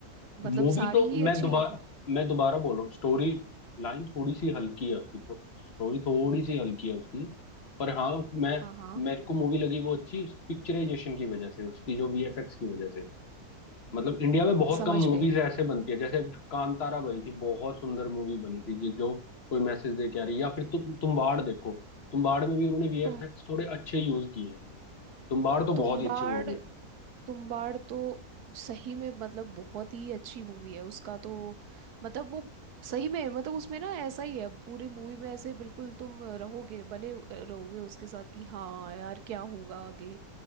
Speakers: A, on the right; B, on the left.
A: मतलब
B: मूवी
A: सारी
B: तो
A: ही
B: मैं
A: अच्छी
B: दोबारा
A: लगी
B: मैं दोबारा बोल रहा हूँ स्टोरी लाइन थोड़ी सी हल्की है उसकी थो, स्टोरी थोड़ी सी हल्की है उसकी पर हाँ मैं
A: हाँ हाँ
B: मेरे को मूवी लगी वो अच्छी पिक्चराइजेशन की वजह से उसकी जो वीएफएक्स की वजह से मतलब इंडिया
A: हम्म,
B: में बहुत
A: समझ
B: कम मूवीज
A: गई
B: ऐसे बनती है जैसे कांतारा बनी थी बहुत सुंदर मूवी बनी थी जि- जो कोई मैसेज दे के आ रही है या फिर तु, तुम्बाड़ देखो तुम्बाड़ में भी उन्होंने वीएफएक्स
A: तो
B: थोड़े अच्छे यूज किए हैं तुम्बाड़ तो बहुत
A: तुम्बाड़
B: ही अच्छी मूवी है
A: तुम्बाड़ तो सही में मतलब बहुत ही अच्छी मूवी है उसका तो मतलब वो सही में मतलब उसमें ना ऐसा ही है पूरी मूवी में ऐसे बिल्कुल तुम रहोगे बने हु- रहोगे उसके साथ कि हाँ यार क्या होगा आगे